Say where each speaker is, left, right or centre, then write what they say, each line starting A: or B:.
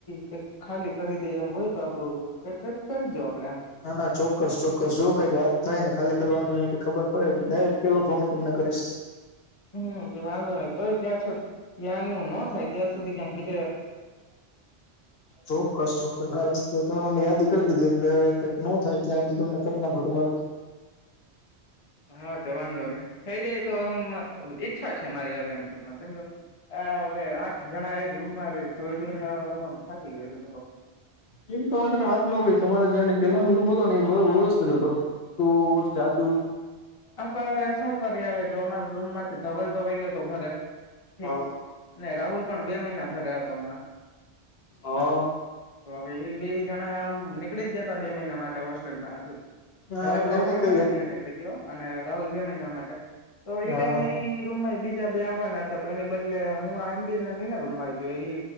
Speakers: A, on the left; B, on the left.
A: કઈ ખાલી કરી દે એમ હોય તો આપડું કઈક કઈક કરીજો આપડે એમ
B: ના ના ચોક્કસ ચોક્કસ જો કઈક વાત થાયને ખાલી કરવાનું ખબર પડે એટલે દાયરેકટ પેલો ફોન હું તમને કરીશ
A: હમ વાંધો નહી તોય ત્યાં છ ત્યાં નો ન થાય ત્યાં સુધી ક્યાંક બી
B: ચોક્કસ ચોક્કસ આ વસ્તુ તમે મને યાદી કરી દીધી એટલે હવે ન થાય ત્યાં સુધી તમને કટ નાખો તમારુ
A: હા તે વાંધો નય થઇ જાય તો એમ ઈચ્છા છે, મારી હવે એમ ટૂંકમાં સમજો આ હવે આઠ જણા એક રૂમમાં રેય જોઈ જોઈને અવે ઉ આમ થાકી ગયો છે થોડો
B: એમ તો તને વાત ન જયા એના પેલા ન રૂમ હતો ને એ બધો વ્યવસ્થિત હતો તું દાદુ
A: આપ હવે શું કરી એ અવે જો અમારા રૂમ માંથી ધવલ તો વહી ગયો હતો ઘરે ઠીક
B: હા
A: અને રાહુલ પણ બે મહિના ઘરે હતો હમણાં
B: હા
A: તો હવે એ બે જણા આમ નીકળી જ ગયાતા બે મહિના માટે હોસ્ટેલમાંથી
B: હા
A: ધવલ
B: એટલે
A: તો
B: એમે
A: પરમાનેન્ટલી
B: કઈ હકી
A: નીકળી ગયો અને રાહુલ બે મહિના માટે તો એ
B: હા
A: ટાઈમે ઈ રૂમમા બી બીજા બે આવવાના હતા તો એની બદલે હું એમ બી ના રૂમમાં આવી ગયો એ